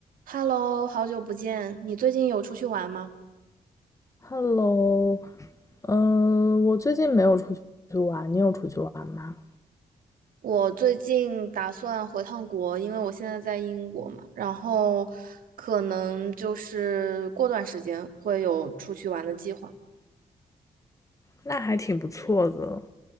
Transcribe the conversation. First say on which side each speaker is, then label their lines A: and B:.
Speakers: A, on the right; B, on the left.
A: Hello，好久不见，你最近有出去玩吗？
B: Hello，嗯，我最近没有出去玩，你有出去玩吗？
A: 我最近打算回趟国，因为我现在在英国嘛，然后可能就是过段时间会有出去玩的计划。
B: 那还挺不错的。